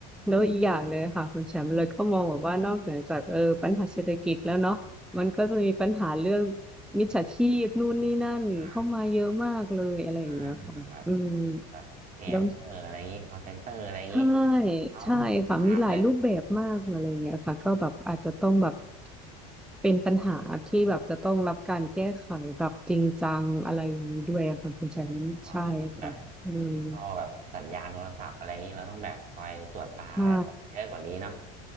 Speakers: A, in the centre; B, on the right.
A: แล้วอีกอย่างเลยค่ะคุณแชมป์เลยก็มองแบบว่านอกเหนือจากเออปัญหาเศรษฐกิจแล้วเนาะมันก็จะมีปัญหาเรื่อง
B: ครับครับ
A: มิจฉาชีพนู่นนี่นั่นเข้ามาเยอะมากเลยอะไรอย่างเงี้ยค่ะอืม
B: อ่า อ่าแบบแบบสแกมเมอร์อะไรอย่างนี้คอลเซ็นเตอร์อะไรอย่างนี้
A: แล้วใช่
B: เอา
A: ใช่ค่ะมีหลายรูปแบบมากอะไรอย่างเงี้ยค่ะก็แบบอาจจะต้องแบบ
B: ปราบเลย
A: เป็นปัญหาที่แบบจะต้องรับการแก้ไขแบบจริงจังอะไรอย่างนี้ด้วยอะค่ะคุณแชมป์ใช่ค่ะอืม
B: อืมเราอจะต้องแบบเข้าแบบสัญญาณโทรศัพท์อะไรอย่างนี้เราต้องแบบคอยตรวจตาแบบเยอะกว่านี้เนาะ
A: ใช่